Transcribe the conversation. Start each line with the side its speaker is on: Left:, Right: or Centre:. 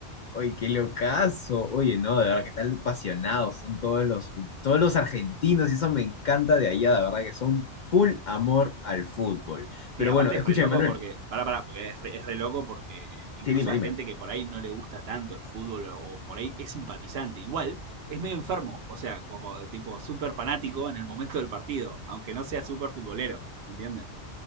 Left: Oye, qué locazo. Oye, no, de verdad que tan apasionados son todos los, fu- todos los argentinos y eso me encanta de allá, de verdad que son full amor al fútbol. Pero
Right: Sí, aparte
Left: bueno, escúchame,
Right: es re loco
Left: Manuel.
Right: porque, pará, pará, porque es re, es re loco porque eh, incluso
Left: Sí, dime,
Right: a
Left: dime.
Right: gente que por ahí no le gusta tanto el fútbol o, o por ahí es simpatizante, igual es medio enfermo, o sea, como tipo súper fanático en el momento del partido, aunque no sea súper futbolero, ¿se entiende?